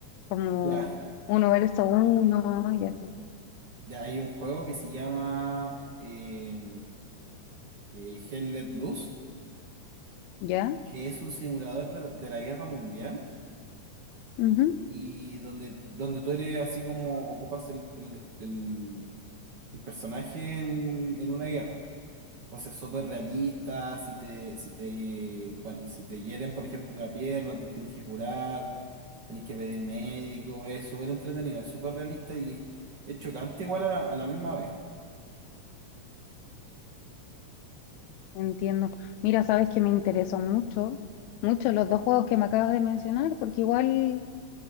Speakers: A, on the left (about 80°); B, on the right (about 70°).
A: como
B: Ya,
A: uno versus uno y así.
B: ya hay un juego que se llama eh, eh, Hell Let Loose,
A: ¿Ya?
B: que es un simulador de la de la guerra mundial
A: Ujú,
B: Y donde, donde tú eres así como ocupas el, el, el- el personaje en, en una guerra. Entonces, súper realista, si te, si te, bueno, si te hieren, por ejemplo, la pierna, te tenés que curar, tenés que pedir médico, es súper entretenido, es súper realista y es, es chocante igual a la, a la misma vez.
A: Entiendo. Mira, sabes que me interesó mucho, mucho los dos juegos que me acabas de mencionar, porque igual